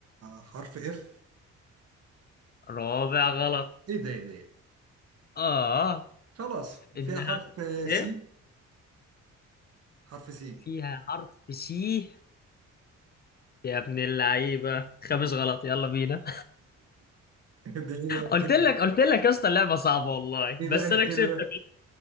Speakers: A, on the right (about 55°); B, on the left (about 35°).
A: حرف اف
B: رابع غلط
A: ايه ده ايه ده إيه ده؟
B: اه
A: خلاص
B: انها
A: فيها حرف
B: ايه
A: سي حرف سي
B: فيها حرف سي يا ابن اللعيبة خامس
A: <laughs>
B: غلط يلا بينا
A: دي ايه بقى
B: قلت
A: الكلمة
B: لك قلت لك يا اسطى اللعبه صعبه والله
A: ايه بقى
B: بس
A: الكلمة
B: انا كسبتك